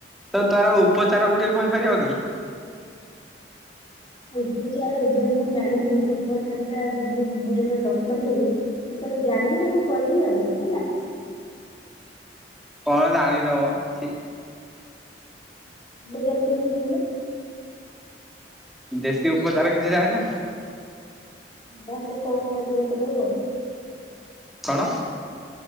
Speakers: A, in the centre; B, on the left.
A: ତ ତାର ଉପଚାର ଗୁଡିକ କହିପାରିବ କି?
B: ଉପଚାର ଏ ଯାଏ ମୁଁ ଜାଣିନି। ଉପକାରୀତା ମୁଁ ମୁଁ ଯେତେବେଳେ ଡକ୍ଟର ହେବ ସେତେବେଳେ ଜାଣିକି ତାଙ୍କୁ କହିବି ଆଉ ହେଲା ।
A: କଣ ଜାଣିନ ବ କିଛି।
B: ତମେ ଜାଣିଚ କି କହୁନା ।
A: ଦେଶୀ ଉପଚାର କିଛି ଜାଣିନ।
B: ଥଣ୍ଡା ହେଲେ କଣ ଖାଆନ୍ତି ମତେ କହିବ?
A: କଣ?